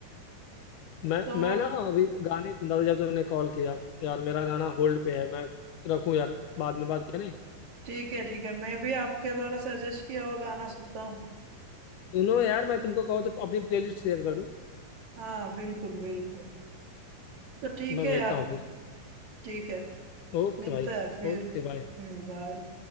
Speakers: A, on the left; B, on the right.
A: मैं
B: तो
A: मैं ना अभी गाने ही सुन रहा था जब तुमने कॉल किया यार मेरा गाना होल्ड पे है मैं रखूं यार बाद में बात करें
B: ठीक है ठीक है मैं भी आपके द्वारा सजेस्ट किया हुआ गाना सुनता हूँ
A: सुनो यार मैं तुमको कहूँ तो अपनी प्लेलिस्ट शेयर कर दूं
B: हाँ बिल्कुल बिल्कुल तो ठीक
A: मैं
B: है
A: भेजता
B: यार
A: हूँ फिर
B: ठीक है
A: ओके
B: मिलता
A: भाई
B: है फिर
A: ओके
B: हम्म,
A: बाय
B: बाय